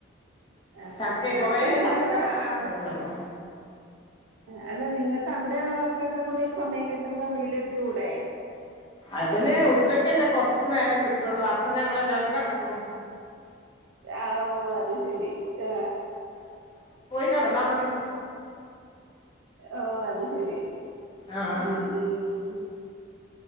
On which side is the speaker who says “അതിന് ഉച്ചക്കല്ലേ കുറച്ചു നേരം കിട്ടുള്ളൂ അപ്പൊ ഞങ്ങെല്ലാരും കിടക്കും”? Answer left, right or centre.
Left